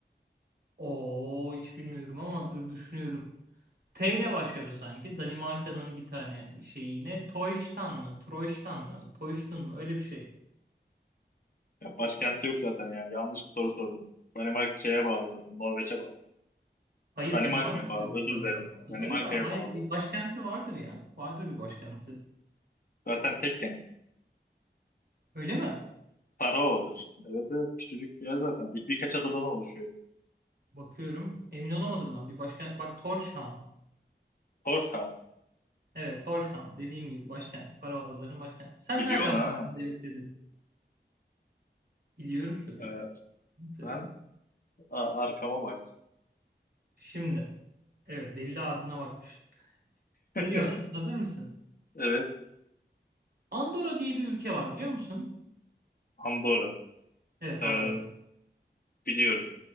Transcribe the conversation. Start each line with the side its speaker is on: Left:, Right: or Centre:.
Right: Oo hiç bilmiyorum ama dur düşünüyorum. T ile başlıyor sanki. Danimarka'nın bir tane şeyi yine. Toyştan mı? Troyştan mı? Toyştun mu? Öyle bir şey.
Left: Ya başkenti yok zaten ya. Yanlış bir soru sordum. Danimarka şeye bağlı zaten. Norveç'e bağlı.
Right: Hayır
Left: Danimarka'ya
Right: Danimarka'da
Left: bağlı.
Right: yok.
Left: Özür dilerim.
Right: Adaları
Left: Danimarka'ya
Right: da hayır
Left: bağlı.
Right: bir başkenti vardır ya. Vardır bir başkenti.
Left: Zaten tek kent.
Right: Öyle mi?
Left: Faroe'dur. Evet evet. Küçücük bir yer zaten. Bir- Birkaç adadan oluşuyor.
Right: Bakıyorum. Emin olamadım ben. Bir başkent. Bak Tórshavn.
Left: Torshov.
Right: Evet Tórshavn. Dediğim gibi başkent. Faro Adaları'nın başkenti. Sen
Left: Biliyorsun
Right: nereden
Left: ha.
Right: baktın da yok dedin? Biliyorum tabii.
Left: Evet.
Right: Tabii.
Left: Ben a- arkama baktım.
Right: Şimdi. Evet belli ardına bakmış.
Left: <laughs>
Right: Geliyor. Hazır mısın?
Left: Evet.
Right: Andorra diye bir ülke var biliyor musun?
Left: Andorra.
Right: Evet
Left: Ee,
Right: Andorra.
Left: biliyorum.